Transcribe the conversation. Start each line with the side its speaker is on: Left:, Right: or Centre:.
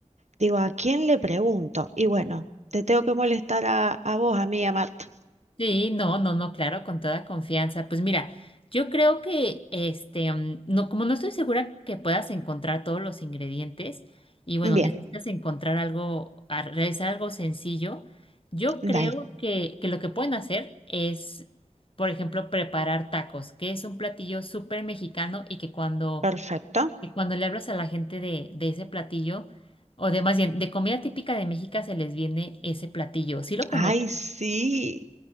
Right: digo, ¿a quién le pregunto? Y bueno, te tengo que molestar a, a vos, a mí, a Marta.
Left: Sí, no, no, no, claro, con toda confianza. Pues mira, yo creo que este, mm, no, como no estoy segura que puedas encontrar todos los ingredientes y bueno,
Right: Bien,
Left: necesitas encontrar algo, a- realizar algo sencillo, yo creo
Right: dale,
Left: que, que lo que pueden hacer es, por ejemplo, preparar tacos, que es un platillo súper mexicano y que cuando
Right: perfecto.
Left: que cuando le hablas a la gente de, de ese platillo, o de más bien, de comida típica de México se les viene ese platillo. ¿Sí lo
Right: Ay,
Left: conoces?
Right: sí.